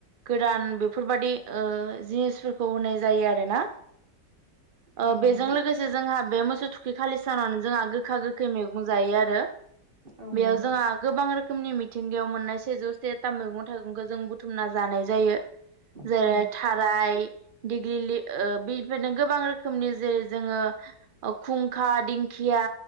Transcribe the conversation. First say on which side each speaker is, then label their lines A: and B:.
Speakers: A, on the right (about 65°); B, on the right (about 30°).
A: गोदान बेफोरबादि ओ जिनिसफोरखौ होनाय जायो आरोना।
B: औ
A: ओ
B: नंगौ औ
A: बेजों
B: नंगौ
A: लोगोसे जोंहा बे मोसौ थुखि खालि सानाव जोंहा गोखा गोखै मैगं जायो आरो।
B: औ
A: बेयाव
B: नंगौ
A: जोंहा गोबां रोखोमनि मिथिंगायाव मोननाय सेजौ से था मैगं थाइगंखौ जों बुथुमना जानाय जायो जेरै
B: औ
A: थाराय दिग्लिलिओ बिफोरनो गोबां रोखोमनि जेरै जोङो खुंखा दिंखिया